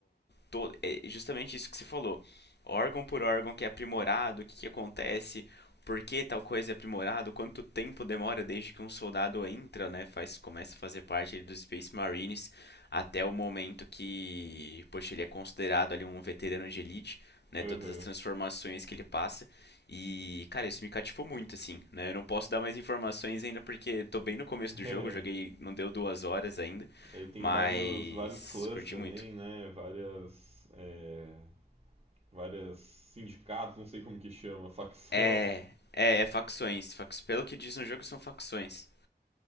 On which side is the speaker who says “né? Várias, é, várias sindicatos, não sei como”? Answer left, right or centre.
Right